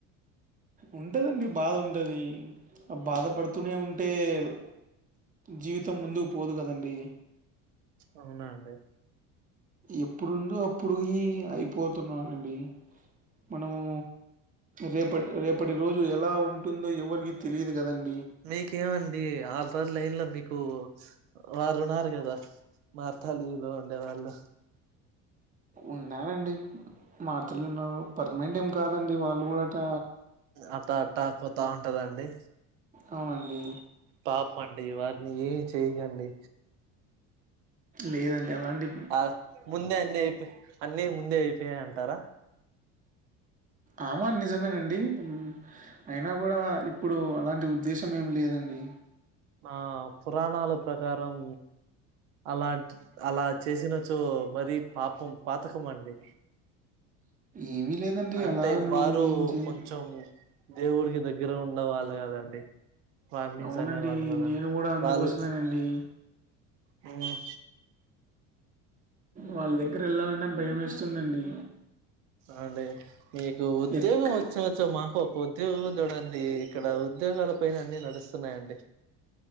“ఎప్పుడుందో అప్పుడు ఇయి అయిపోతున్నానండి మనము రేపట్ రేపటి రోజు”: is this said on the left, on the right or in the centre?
Right